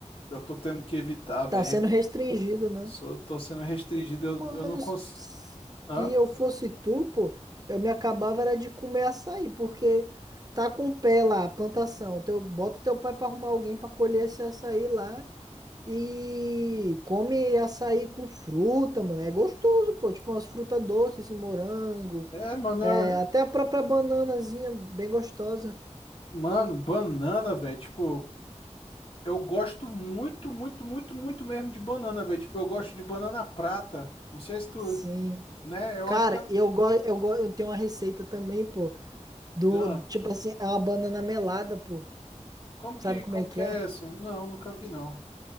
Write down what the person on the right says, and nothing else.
Tá sendo restringido, né?
Mano,
s- se
eu fosse tu, pô, eu me acabava era de comer açaí, porque tá com pé lá, a plantação. Teu, bota teu pai pra arrumar alguém pra colher esse açaí lá e come açaí com fruta, mano. É gostoso, pô. Tipo umas frutas doces, assim, morango,
é, até a própria bananazinha bem gostosa.
Sim.
Cara,
eu gosto, eu gosto, eu tenho uma receita também, pô, do,
tipo assim, é uma banana melada, pô.
Sabe
como
é que
é?